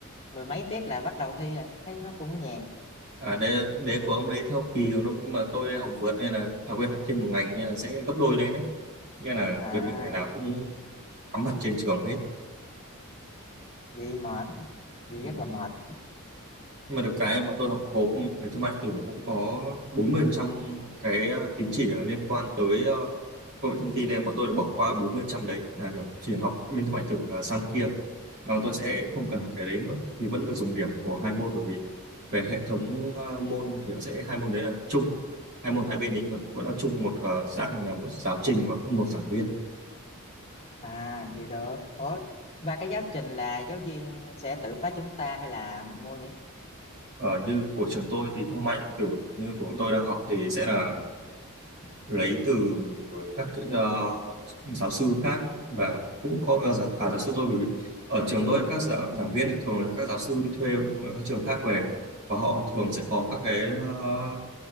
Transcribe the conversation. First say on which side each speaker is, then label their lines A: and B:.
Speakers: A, on the left; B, on the right.
A: mười mấy tiết là bắt đầu thi rồi thấy nó cũng nhàn
B: à đấy đấy
A: Ừ.
B: của ông đấy theo kỳ của nó nhưng mà tôi học vượt nên là à quên học thêm một ngành nên là sẽ gấp đôi đấy đấy nghĩa là
A: à
B: gần như ngày nào cũng cắm mặt trên trường hết
A: vậy mệt vậy
B: ừ.
A: rất là mệt
B: nhưng mà được cái bọn tôi học gộp về thương mại điện tử cũng có 40% cái ờ, tín chỉ là liên quan tới ờ, công nghệ thông tin nên bọn tôi được bỏ qua 40% đấy là kiểu chỉ học bên thương mại điện tử ờ, sang kia là bọn tôi sẽ không cần học cái đấy nữa thì vẫn được dùng điểm của hai môn bởi vì về hệ thống ờ, môn thì nó sẽ hai môn đấy là chung hai môn hai bên đấy nhưng mà vẫn là chung một ờ, dạng là một giáo trình và cũng một giảng viên
A: à vậy được ủa và cái giáo trình là giáo viên sẽ tự phát chúng ta hay là mình mua những
B: Ờ, như của trường tôi thì thương mại điện tử như của bọn tôi đang học thì sẽ là lấy từ các cái, ờ, giáo sư khác và cũng có cả, giả- cả giáo sư tôi bởi vì ở trường tôi ấy, các giả, giảng viên ấy, thường là các giáo sư đi thuê ở các trường khác về và họ thường sẽ có các cái ờ,